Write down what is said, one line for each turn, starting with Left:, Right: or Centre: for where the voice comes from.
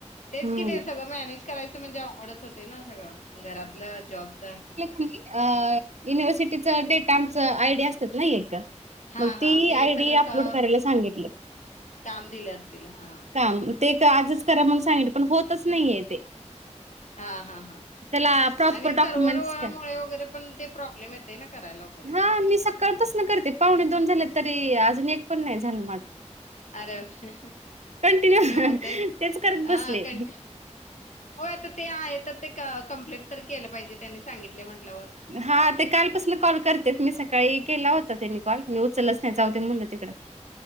Left: तेच
Right: हम्म
Left: कि ते सगळं मॅनेज करायचं म्हणजे अवघडच होतंय ना सगळं घरातलं जॉबचं
Right: मी अ युनिव्हर्सिटीचं डेटा आमचं आय डी असत्यात ना एक
Left: हा
Right: मग
Left: हा
Right: ती
Left: ते
Right: आय
Left: सगळं
Right: डी अपलोड
Left: का
Right: करायला सांगितलेत
Left: काम दिलं असतील हा
Right: काम ते का आजच करा म्हणून सांगीतलं पण होतच नाहीये ते.
Left: हा हा हा
Right: त्याला प्रॉपर
Left: आणि सर्वर
Right: डॉक्युमेंट्स काय
Left: मुळे वगैरे पण ते प्रॉब्लेम येतोय ना करायला. वगैरे.
Right: हा मी सकाळपासनं करते पावणे दोन झालेत तरी अजून एक पण नाय झालं माझं.
Left: अरे नाही
Right: कंटिन्यू
Left: होतंयच
Right: तेच करत
Left: हा
Right: बसले
Left: कंट होय आता ते आहे तर ते कम्प्लीट तर केलं पाहिजे त्यांनी सांगितलंय म्हंटल्यावर.
Right: हा ते कालपासनं कॉल करतेत मी सकाळी केला होता त्यांनी कॉल मी उचलाच नाय जऊदे म्हणलं तिकडं. <inaudible>